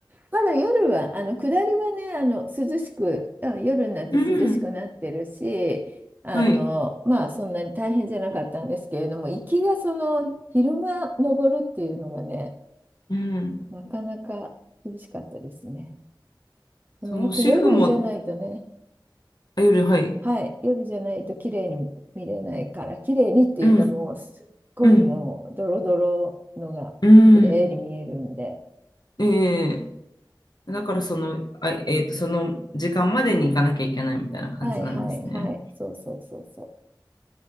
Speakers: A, on the right; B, on the left.
A: まだ夜は、あの下りはね、あの涼しく、あ夜になって涼しくなってるし、
B: うん。
A: あのまあそんなに大変じゃなかったんですけれども、
B: はい。
A: 行きがその昼間登るっていうのがね、
B: うん。
A: なかなか厳しかったですね。でもやっぱ夜じゃないとね、
B: そのシェフも、あ、夜、はい。
A: はい、夜じゃないと綺麗に見れないから、綺麗にっていうかもうすっごいもうドロドロのが綺麗に見えるんで、
B: うん。うん、うん、ええだからその、あ、えっと、その時間までに行かなきゃいけないみたいな感じなんですね。
A: はいはいはい、そうそうそうそう。